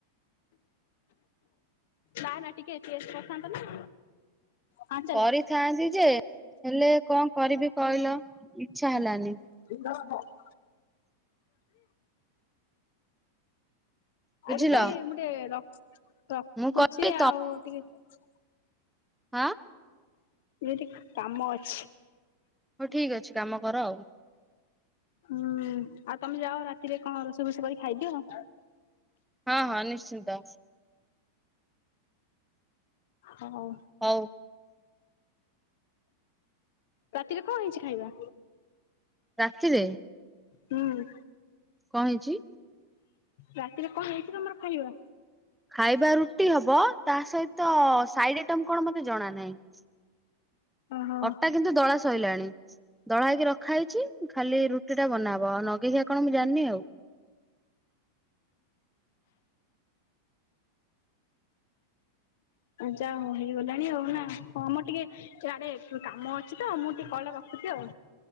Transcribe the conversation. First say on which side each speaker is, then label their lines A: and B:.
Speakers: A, on the left (about 55°); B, in the centre.
A: ନା ନା ଟିକେ ଟେଷ୍ଟ କରିଥାନ୍ତ ନା। ହଁ ଚାଲ
B: କରିଥାନ୍ତି ଯେ ହେଲେ କଣ କରିବି କହିଲ। ଇଛା ହେଲାନି।
A: <unintelligible>
B: ବୁଝିଲ
A: ଦିଦି ମୁଁ ଟିକେ ରଖୁଛି
B: ମୁଁ କହିଲି
A: ଆଉ ଟିକେ। <inaudible>
B: ଆଁ
A: ଏଇଠି କାମ ଅଛି।
B: ହଉ ଠିକ ଅଛି କାମ କର ଆଉ।
A: ହୁଁ ଆଉ ତମେ ଯାଅ ରାତିରେ କଣ ରୋଷେଇ ଫୋଷେଇ କରି କି ଖାଇଦିଅ।
B: ହଁ ହଁ ନିଶ୍ଚିନ୍ତ।
A: ହଉ।
B: ହଉ।
A: ରାତିରେ କଣ ହେଇଛି ଖାଇବା?
B: ରାତିରେ
A: ହୁଁ।
B: କଣ ହେଇଛି?
A: ରାତିରେ କଣ ହେଇଛି ତମର ଖାଇବା?
B: ଖାଇବା ରୁଟି ହବ ତା ସହିତ ସାଇଡ ଆଇଟମ କଣ ମତେ ଜଣା ନାହିଁ।
A: ଓହୋ
B: ଅଟା କିନ୍ତୁ ଦଳା ସଇଲାଣି। ଦଳା ହେଇକି ରଖା ହେଇଛି। ଖାଲି ରୁଟି ଟା ବନାହବ ଆଉ ନଗେଇଖିଆ କଣ ମୁଁ ଜାଣିନି ଆଉ।
A: ଯା ହଉ ହେଇଗଲାଣି ଆଉ ନା ହଁମ ଟିକେ ଇଆଡେ କାମ ଅଛି ତ ମୁଁ ଟିକେ କଲଟା ରଖୁଛି ଆଉ।